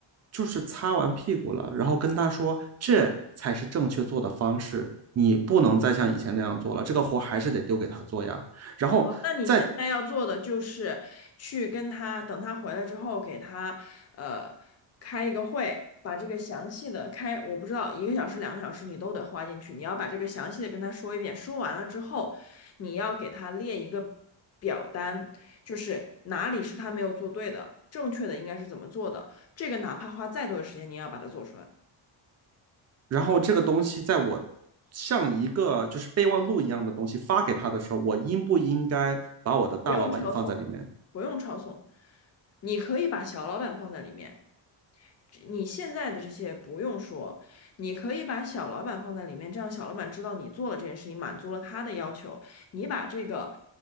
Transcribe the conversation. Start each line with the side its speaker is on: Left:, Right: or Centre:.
Right: 就是擦完屁股了，然后跟他说这才是正确做的方式，你不能再像以前那样做了，这个活还是得丢给他做呀，然后。
Left: 好，那你现在要做的就是去跟他，
Right: 在
Left: 等他回来之后，给他呃开一个会，把这个详细的开，我不知道一个小时、两个小时你都得花进去，你要把这个详细的跟他说一遍。说完了之后，你要给他列一个表单，就是哪里是他没有做对的，正确的应该是怎么做的，这个哪怕花再多的时间，你也要把它做出来，
Right: 然后这个东西在我像一个就是备忘录一样的东西发给他的时候，我应不应该把我的大老板也放在里面？
Left: 不用抄送，不用抄送，你可以把小老板放在里面。你现在的这些不用说，你可以把小老板放在里面，这样小老板知道你做了这件事情，满足了他的要求。你把这个